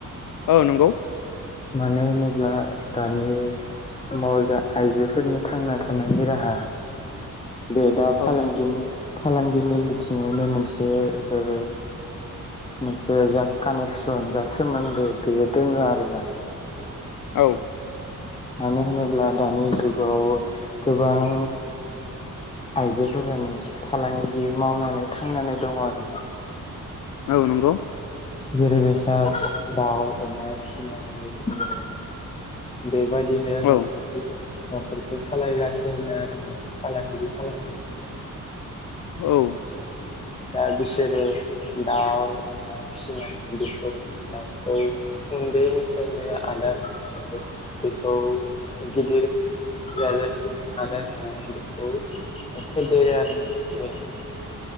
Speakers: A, on the left (about 75°); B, on the left (about 20°).
A: औ नंगौ।
B: मानो होनोब्ला दानि मावा आइजोफोरनि थांना थानायनि राहा बे दा
A: औ
B: फालांगिनि फालांगिनि बिथिङावनो मोनसे ओ मोनसे जा कानेकसन जा सोमोन्दो बेयो दोङो आरोना।
A: औ।
B: मानो होनोब्ला दानि जुगाव गोबां आइजोफोरानो फालांगि मावनानै थांनानै दङ आरो ना।
A: औ नंगौ।
B: जेरैबायसा दाउ अमा फिसिनानै ओ बेबायदिनो
A: औ
B: न'खरखौ न'खरखौ सालायगासिनो आरोना फालांगि खालामनानै
A: औ।
B: दा बिसोरो दाव अमा फिसिनाय बेखौ दाउखौ उन्दैनिफ्रायनो आदार होनानै बेखौ गिदिर जाजासिम आदार होनानै बेखौ फेदेरो आरो बेनो